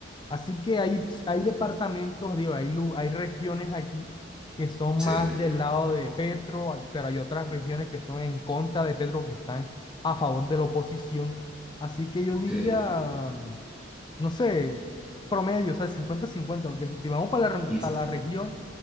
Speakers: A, on the left; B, in the centre.
A: Así que hay, hay departamentos, digo, hay, lu- hay regiones aquí que son
B: sí,
A: más del lado de Petro, hay- pero hay otras regiones que son en contra de Petro, que están a favor de la oposición. Así que yo diría,
B: sí.
A: no sé, promedio, o sea, cincuenta-cincuenta, porque si te vamos para la, re-
B: Y-
A: para la región